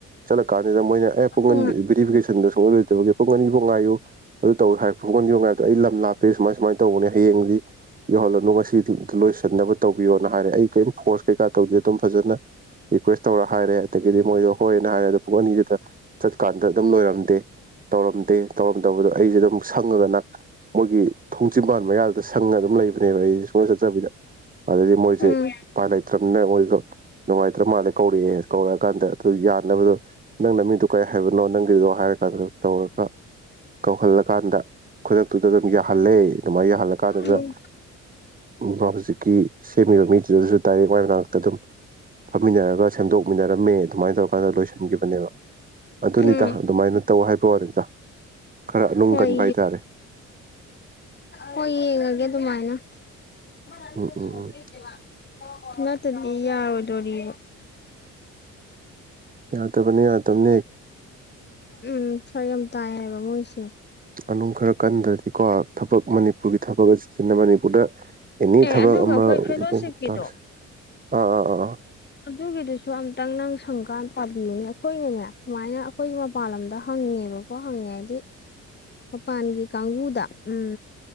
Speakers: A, on the right; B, on the left.
A: ꯆꯠꯂꯀꯥꯟꯁꯤꯗ ꯃꯣꯏꯅ ꯑꯦ ꯄꯨꯡꯒꯟ
B: ꯎꯝ
A: ꯕ꯭ꯨꯔꯤꯐꯤꯀꯦꯁꯟꯗ ꯁꯣꯛꯑꯣꯜꯔꯣꯏꯗꯕꯒꯤ ꯄꯨꯡꯒꯟꯐꯥꯎ ꯉꯥꯏꯌꯨ ꯑꯗꯨ ꯇꯧ ꯍꯥꯏꯔꯛ ꯄꯨꯡꯒꯟꯒꯤꯐ ꯉꯥꯏꯕꯗꯣ ꯑꯩ ꯂꯝ ꯂꯥꯞꯄꯦ ꯁꯨꯃꯥꯏ ꯁꯨꯃꯥꯏꯅ ꯇꯧꯕꯅꯦ ꯍꯌꯦꯡꯗꯤ ꯌꯧꯍꯜꯂꯅꯨ ꯉꯁꯤ ꯂꯣꯏꯁꯤꯟꯅꯕ ꯇꯧꯕꯤꯌꯣꯅ ꯍꯥꯏꯔꯦ ꯑꯩ ꯀꯔꯤꯝ ꯐꯣꯔꯁ ꯀꯩꯀꯥ ꯇꯧꯗꯦ ꯑꯗꯨꯝ ꯐꯖꯅ ꯔꯤꯀ꯭ꯋꯦꯁ ꯇꯧꯔ ꯍꯥꯏꯔꯦ ꯑꯗꯒꯤꯗꯤ ꯃꯣꯏꯗꯣ ꯍꯣꯏꯅ ꯍꯥꯏꯔꯦ ꯑꯗꯣ ꯄꯨꯡ ꯑꯅꯤꯁꯤꯗ ꯆꯠꯀꯥꯟꯗ ꯑꯗꯨꯝ ꯂꯣꯏꯔꯝꯗꯦ ꯇꯧꯔꯝꯗꯦ ꯇꯧꯔꯝꯗꯕꯗꯣ ꯑꯩꯁꯦ ꯑꯗꯨꯝ ꯁꯪꯉꯒ ꯅ ꯃꯣꯏꯒꯤ ꯊꯣꯡꯖꯤꯤꯟꯝꯕꯥꯟ ꯃꯌꯥꯗꯨꯗ ꯁꯪꯉ ꯑꯗꯨꯝ ꯂꯩꯕꯅꯦꯕ ꯑꯩꯁꯦ ꯁꯨꯝꯣꯗ ꯆꯠꯆꯕꯤꯗ ꯑꯗꯨꯗꯩꯗꯤ ꯃꯣꯏꯁꯦ
B: ꯎꯝ
A: ꯎ ꯄꯥꯏ ꯂꯩꯇ꯭ꯔꯕꯅꯤꯅ ꯃꯣꯏꯗꯣ ꯅꯨꯡꯉꯥꯏꯇ꯭ꯔ ꯃꯥꯜꯂꯦ ꯀꯧꯔꯛꯑꯦ ꯀꯧꯔꯛꯑꯀꯥꯟꯗ ꯑꯗꯨ ꯌꯥꯅꯕꯗꯣ ꯅꯪꯅ ꯃꯤꯗꯨꯣ ꯀꯔꯤ ꯍꯥꯏꯕꯅꯣ ꯅꯪꯒꯤꯗꯨꯗꯣ ꯍꯥꯏꯔ ꯀꯥꯟꯗ ꯇꯧꯔꯒ ꯀꯧꯍꯜꯂꯀꯥꯟꯗ ꯈꯨꯗꯛꯇꯨꯗ ꯑꯗꯨꯝ ꯌꯥꯍꯜꯂꯦ ꯑꯗꯨꯃꯥꯏ ꯌꯥꯍꯜꯂꯀꯥꯟꯗꯨꯗ
B: ꯎꯝ
A: ꯍꯧꯖꯤꯛꯀꯤ ꯁꯦꯝꯃꯤꯕ ꯃꯤꯗꯨꯗꯁꯨ ꯗꯥꯏꯔꯦꯛ ꯃ ꯉꯇ ꯑꯗꯨꯝ ꯐꯝꯃꯤꯟꯅꯔꯒ ꯁꯦꯝꯗꯣꯛꯃꯤꯟꯅꯔꯝꯃꯦ ꯑꯗꯨꯃꯥꯏꯅ ꯇꯧꯔꯀꯥꯟꯗ ꯂꯣꯏꯁꯤꯟꯈꯤꯕꯅꯦꯕ ꯑꯗꯨꯅꯤꯗ
B: ꯎꯝ
A: ꯑꯗꯨꯃꯥꯏꯅ ꯇꯧ ꯍꯥꯏꯕ ꯋꯥꯦꯅꯤꯗ ꯈꯔ ꯅꯨꯡ
B: ꯍꯣꯏ
A: ꯀꯟꯕ ꯍꯥꯏꯇꯥꯔꯦ
B: ꯍꯣꯏ ꯌꯦꯡꯉꯒꯦ ꯑꯗꯨꯃꯥꯏꯅ ꯅꯪꯗꯦꯂ
A: ꯎꯝ ꯎꯝ ꯎꯝ
B: ꯅꯠꯇꯗꯤ ꯌꯥꯔꯣꯏꯗꯣꯔꯤ
A: ꯌꯥ ꯇꯕ ꯌꯥ ꯇꯅꯤ
B: ꯎꯝ ꯐꯔ ꯌꯥꯝ ꯇꯥꯏ ꯍꯥꯏꯕ ꯃꯣꯏꯁꯦ
A: ꯑꯗꯨ ꯈꯔ ꯀꯟꯗ꯭ꯔꯗꯤꯀꯣ ꯊꯕꯛ ꯃꯅꯤꯄꯨꯔꯒꯤ ꯊꯕꯛ ꯑꯁꯤꯁꯤꯅꯅꯤ ꯄꯨꯗ ꯑꯦꯅꯤ
B: ꯑꯦ
A: ꯊꯕꯛ
B: ꯑꯗꯨꯒ
A: ꯑꯃ
B: ꯑꯩꯈꯣꯏ ꯐꯦꯂꯣꯁꯤꯞꯀꯤꯗꯣ
A: ꯇꯧꯅꯁ ꯑꯥ ꯑ ꯑ
B: ꯑꯗꯨꯒꯤꯗꯨꯁꯨ ꯑꯝꯇꯪ ꯅꯪ ꯁꯪꯀꯥꯟ ꯄꯥꯕꯤꯌꯨꯅꯦ ꯑꯩꯈꯣꯏꯅꯅꯦ ꯁꯨꯃꯥꯏꯅ ꯑꯩꯈꯣꯏ ꯃꯄꯥꯟ ꯂꯝꯗ ꯍꯪꯉꯦꯕꯀꯣ ꯍꯪꯉꯦ ꯍꯥꯏꯗꯤ ꯃꯄꯥꯟꯒꯤ ꯀꯥꯡꯕꯨꯗ ꯎ